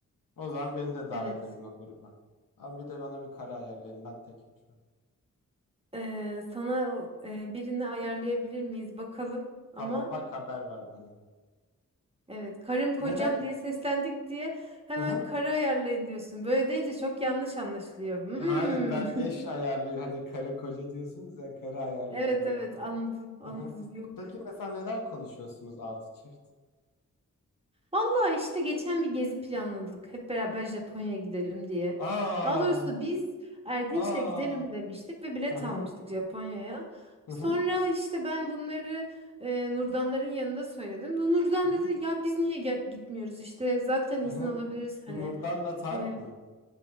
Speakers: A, on the left; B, on the right.
A: O zaman beni de davet
B: Evet.
A: edin o gruba. Ama bir de bana bir kare ayarlayın. Ben tekim şu an.
B: Ee, sana e, birini ayarlayabilir miyiz bakalım. Ama
A: Tamam bak haber ver bana.
B: evet karım kocam
A: Neden?
B: diye seslendik diye hemen
A: Hı hı.
B: karı ayarlayın diyorsun. Böyle deyince çok yanlış anlaşılıyor. Hmm.
A: Hayır ben eş ayarlayayım. Hani karı koca diyorsunuz ya karı ayarlayın
B: Evet
A: bana
B: evet
A: da.
B: anladım anladım
A: Hı hı.
B: yok.
A: Peki mesela neler konuşuyorsunuz altı çift?
B: Valla işte geçen bir gezi planladık. Hep beraber Japonya'ya gidelim diye.
A: Aa,
B: Daha doğrusu biz Erdinç'le
A: aa.
B: gidelim demiştik ve bilet
A: Hı hı.
B: almıştık Japonya'ya.
A: Hı
B: Sonra
A: hı.
B: işte ben bunları e, Nurdanların yanında söyledim. Nurdan
A: Hı hı.
B: dedi ya biz niye gel- gitmiyoruz işte zaten izin
A: Hı hı.
B: alabiliriz
A: Nurdan'la
B: hani.
A: Tarık
B: E,
A: mı?